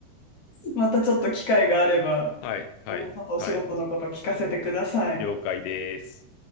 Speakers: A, on the left (about 55°); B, on the left (about 70°).
A: またちょっと機会があれば、
B: はい。はい。
A: もうちょっとお仕事のことを聞かせてください。
B: はい。了解です。